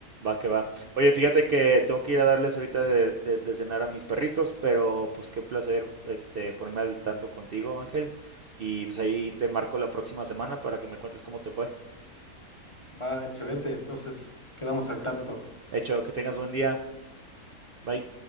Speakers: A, on the right; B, on the left.
A: Va que va. Oye, fíjate que tengo que ir a darles ahorita de, de- de cenar a mis perritos, pero pues qué placer este ponerme al tanto contigo, Ángel. Y pues ahí te marco la próxima semana para que me cuentes cómo te fue.
B: Va, excelente, entonces quedamos al tanto.
A: Hecho, que tengas buen día. Bye.